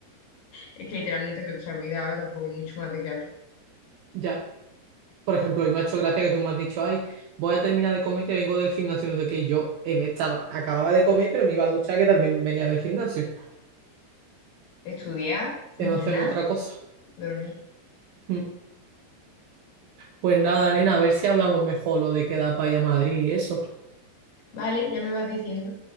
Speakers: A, on the left (about 65°); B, on the right (about 80°).
A: Es que literalmente en nuestra vida ahora tampoco hay mucho más de qué hablar.
B: Ya. por ejemplo, y me ha hecho gracia que tú me has dicho, ay, voy a terminar de comer que vengo del gimnasio, no sé qué, y yo eh, me estaba, acababa de comer, pero me iba a duchar que también venía del gimnasio,
A: Estudiar,
B: que no
A: entrenar,
B: hacemos otra cosa.
A: dormir.
B: Mm. Pues nada, nena, a ver si hablamos mejor lo de quedar para ir a Madrid y eso.
A: Vale, ya me vas diciendo.